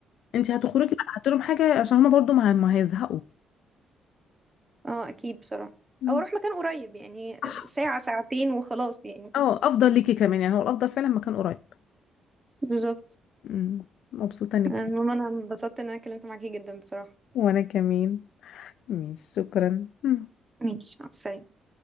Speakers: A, on the left; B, on the right.
A: انت هتخرجي لا هات لهم حاجه عشان هما برضو ما ما هيزهقوا
B: اه اكيد بصراحة
A: مم.
B: او اروح مكان قريب يعني
A: صح
B: ساعة ساعتين وخلاص يعني
A: اه افضل ليكي كمان يعني هو الافضل فعلا مكان قريب
B: بالظبط
A: مم. مبسوطه انك
B: المهم انا انبسطت ان انا اتكلمت معاكي جدا بصراحة
A: وانا كمان ماشي شكرا مم.
B: ماشي مع السلامة